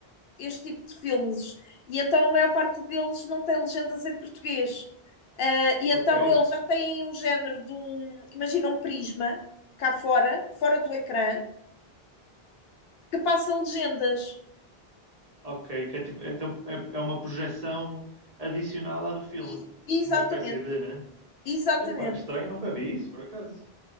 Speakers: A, on the left; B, on the right.
A: este tipo de filmes, e então a maior parte deles não tem legendas em português. Ah, e
B: Ok.
A: então eles já têm um género de um, imagina um prisma cá fora, fora do ecrã, que passa legendas.
B: Ok, que é, tipo, é, então é- é uma projeção adicional à do filme.
A: E- exatamente,
B: Uma espécie de, né?
A: exatamente.
B: Epá, que estranho, nunca vi isso, por acaso.